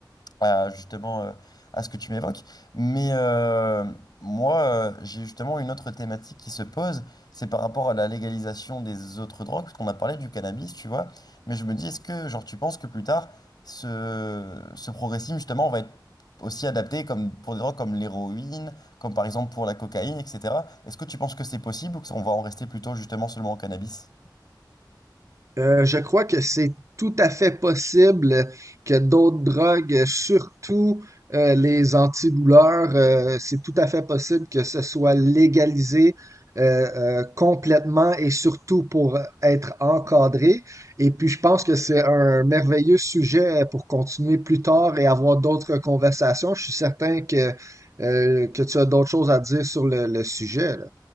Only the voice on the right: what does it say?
Euh, je crois que c'est tout à fait possible que d'autres drogues, surtout euh, les antidouleurs, euh, c'est tout à fait possible que ce soit légalisé euh, euh, complètement et surtout pour être encadré. Et puis, je pense que c'est un merveilleux sujet pour continuer plus tard et avoir d'autres conversations. Je suis certain que, euh, que tu as d'autres choses à dire sur le, le sujet, là.